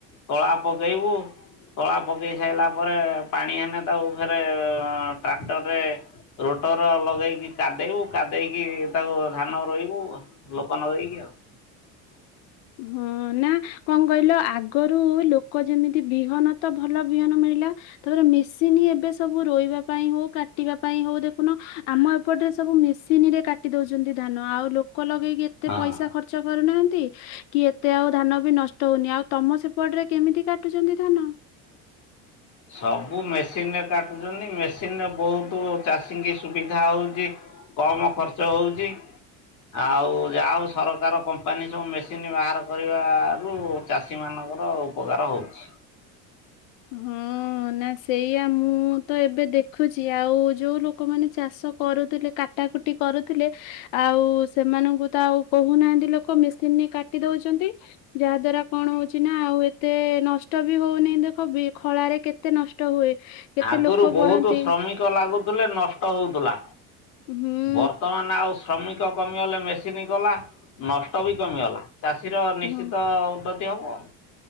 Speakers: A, on the left (about 50°); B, on the left (about 80°).
A: ତଳା ପକେଇବୁ। ତଳା ପକେଇ ସାରିଲା ପରେ ପାଣି ହେନେ ତାକୁ ଫେରେ ଟ୍ରାକ୍ଟରରେ ରୋଟର ଲଗେଇକି କାଦେଇବୁ, କାଦେଇକି ତାକୁ ଧାନ ରୋଇବୁ। ଲୋକ ନଗେଇକି ଆଉ।
B: ହଁ ନା କଣ କହିଲ ଆଗରୁ ଲୋକ ଯେମିତି ବିହନ ତ ଭଲ ବିହନ ମିଳିଲା ତାପରେ ମେସିନ ଏବେ ସବୁ ରୋଇବା ପାଇଁ ହଉ କାଟିବା ପାଇଁ ହଉ ଦେଖୁନ ଆମ ଏପଟରେ ସବୁ ମେସିନରେ କାଟି ଦଉଚନ୍ତି ଧାନ ଆଉ ଲୋକ ଲଗେଇକି ଏ ଏତେ
A: ହଁ।
B: ପଇସା ଖର୍ଚ୍ଚ କରୁନାହାନ୍ତି କି ଏତେ ଆଉ ଧାନ ବି ନଷ୍ଟ ହଉନି, ଆଉ ତମ ସେପଟରେ କେମିତି କାଟୁଛନ୍ତି ଧାନ?
A: ସବୁ ମେସିନ ରେ କାଟୁଚନ୍ତି ମେସିନ ରେ ବହୁତ ଚାଷୀଙ୍କି ସୁବିଧା ହଉଚି। କମ୍ ଖର୍ଚ୍ଚ ହୋଉଚି। ଆଉ ଯାହା ହଉ ସରକାର କମ୍ପାନୀ ସବୁ ମେସିନ୍ ବାହାର କରିବାରୁ ଚାଷୀ ମାନଙ୍କର ଉପକାର ହଉଛି।
B: ହଁ ନା ସେଇଆ ମୁଁ ତ ଏବେ ଦେଖୁଛି ଆଉ ଯୋଉ ଲୋକ ଲୋକମାନେ ଚାଷ କରୁଥିଲେ କାଟାକୁଟି କରୁଥିଲେ ଆଉ ସେମାନଙ୍କୁ ତ ଆଉ କହୁନାହାନ୍ତି ଲୋକ ମେସିନରେ କାଟି ଦଉଛନ୍ତି ଯାହା ଦ୍ଵାରା କଣ ହଉଛି ନା ଆଉ ଏତେ ନଷ୍ ଷ୍ଟ ବି ହଉନି ଦେଖ ବିି ଖଳାରେ କେତେ ନଷ୍ଟ ହୁଏ। କେତେ
A: ଆଗୁରୁ
B: ଲୋକ
A: ବହୁତ
B: ପଡନ୍ତି
A: ଶ୍ରମିକ ଲାଗୁଥିଲେ ନଷ୍ଟ ହୋଉଥିଲା।
B: ହୁଁ।
A: ବର୍ତ୍ତମାନ ଆଉ ଶ୍ରମିକ କମିଗଲେ ମେସିନ୍ କଲା ନଷ୍ଟ ବି କମିଗଲା। ଚାଷୀର ନିଶ୍ଚିତ
B: ହଁ
A: ଉନ୍ନତି ହବ।